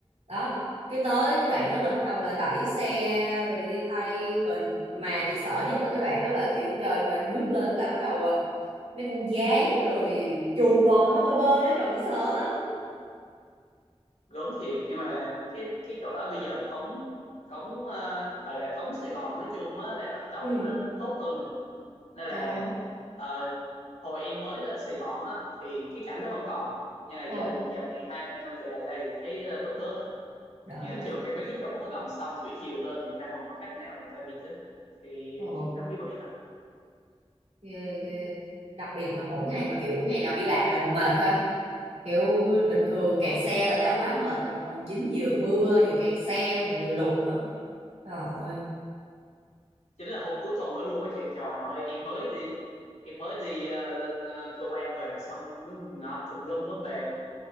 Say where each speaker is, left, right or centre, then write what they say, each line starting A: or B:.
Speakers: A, on the right; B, on the left.
A: đó cái tới cái đoạn đó là bắt đầu là đẩy xe rồi đi thay bình mà chị sợ nhất là cái đoạn đó là kiểu trời mà nước lên là bắt đầu à, mấy con gián rồi chuột đồ nó bơi bơi á trời chị sợ lắm
B: gớm thiệt nhưng mà cái cái chỗ đó bây giờ cống cống ờ, gọi là cống Sài Gòn nói chung á là bắt đầu
A: ừ
B: nó nó tốt hơn rồi nên
A: ờ
B: là
A: hả
B: ờ, hồi em mới lên Sài Gòn á thì cái cảnh đó vẫn còn nhưng mà giờ
A: ờ
B: giờ này hai ba năm trở lại đây thì thấy ờ, bớt bớt rồi
A: đỡ
B: nhưng mà
A: rồi
B: trừ
A: hả
B: khi mấy cái chỗ mà gần sông thủy triều lên thì người ta không còn cách nào người ta bịt đó thì
A: ồ
B: thì nó mới bị thôi
A: ghê ghê đặc biệt là mỗi ngày mà kiểu ngày nào đi làm về mà mệt ha kiểu bình thường
B: đúng
A: kẹt
B: rồi
A: xe là đã quá mệt rồi mà còn dính vừa mưa vừa kẹt xe mà vừa lụt nữa trời ơi
B: chính là hôm cuối tuần đó luôn á chị trời ơi em mới đi em mới đi ờ, lên ờ, cơ quan về xong nó ngập tùm lum á về